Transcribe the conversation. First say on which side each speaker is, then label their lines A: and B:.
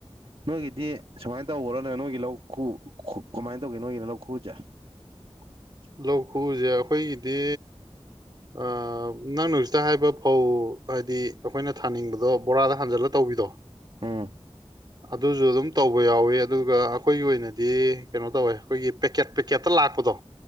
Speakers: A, on the right; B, on the right.
A: ꯅꯣꯏꯒꯤꯗꯤ ꯁꯨꯃꯥꯏꯟ ꯇꯧꯕꯔꯅꯦ ꯅꯣꯏꯒꯤ ꯂꯧ ꯈꯨ ꯈꯨ ꯈꯨꯃꯥꯏꯟ ꯇꯧꯒꯦ ꯅꯣꯏꯒꯤꯅ ꯂꯧ ꯈꯨꯖꯦ <unintelligible>
B: ꯂꯧ ꯈꯨꯖꯦ ꯑꯈꯣꯏꯒꯤꯗꯤ ꯑꯥ ꯅꯪꯅ ꯍꯧꯖꯤꯛꯇ ꯍꯥꯏꯕ ꯐꯧ ꯍꯥꯏꯗꯤ ꯑꯈꯣꯏꯅ ꯊꯥꯅꯤꯡꯕꯗꯣ ꯕꯣꯔꯥꯗ ꯍꯥꯟꯖꯜꯂ ꯇꯧ ꯇꯧꯕꯤꯗꯣ
A: ꯎꯝ
B: ꯑꯗꯨꯖꯨ ꯑꯗꯨꯝ ꯇꯧꯕ ꯌꯥꯎꯋꯤ ꯑꯗꯨꯒ ꯑꯈꯣꯏꯒꯤ ꯑꯣꯏꯅꯗꯤ ꯀꯅꯣ ꯇꯧꯋꯦ ꯈꯣꯏꯒꯤ ꯄꯦꯀꯦꯠ ꯄꯦꯀꯦꯠꯇ ꯂꯥꯛꯄꯗꯣ